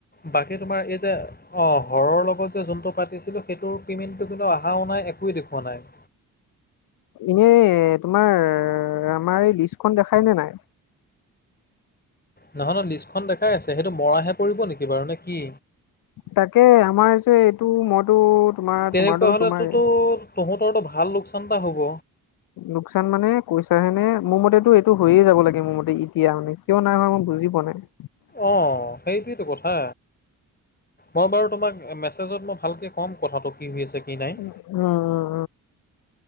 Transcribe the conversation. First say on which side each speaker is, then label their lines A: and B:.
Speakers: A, on the left (about 25°); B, on the left (about 60°).
A: বাকী তোমাৰ এই যে অ, হৰৰ লগত যে যোনটো পাতিছিলোঁ, সেইটোৰ পে'মেণ্টটো কিন্তু আহাও নাই, একোৱে দেখুওৱা নাই।
B: এনে তোমাৰ আমাৰ লিষ্টখন দেখাই নে নাই?
A: নহয় নয় লিষ্টখন দেখাই আছে সেইটো মৰাহে পৰিব নেকি বাৰু নে কি?
B: তাকে আমাৰ যে এইটো মইতো তোমাৰ
A: তেনেকুৱা
B: তোমাৰতো
A: হলেটোতো
B: তোমাৰে
A: তহঁতৰটো ভাল লোকচান এটা হ'ব।
B: লোকচান মানে কৈছাহে নে? মোৰ মতেটো এইটো হৈয়ে যাব লাগে মোৰ মতে। এতিয়া মানে কিয় নাই হোৱা মই বুজি পোৱা নাই। <inaudible>
A: অ সেইটোৱেটো কথা। মই বাৰু তোমাক মেছেজত মই ভালকে ক'ম কথাটো কি হৈ আছে কি নাই?
B: উম, অ', অ',